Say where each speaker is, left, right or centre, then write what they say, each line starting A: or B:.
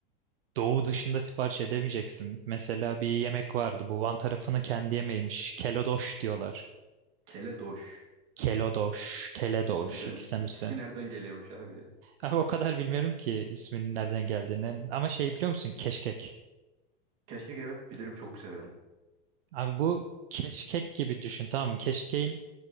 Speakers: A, on the right; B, on the right.
A: doğu dışında sipariş edemeyeceksin. Mesela bir yemek vardı. Bu Van tarafının kendi yemeğiymiş. Kelodoş diyorlar.
B: Keledoş.
A: Kelodoş, Keledoş
B: Neden?
A: ikisinden
B: <laughs>
A: birisi.
B: İsmi nereden geliyormuş abi ya?
A: Abi o kadar bilmiyorum ki isminin nereden geldiğini. Ama şey biliyor musun? Keşkek.
B: Keşkek evet bilirim çok severim.
A: Abi bu keşkek gibi düşün tamam mı? Keşkeğin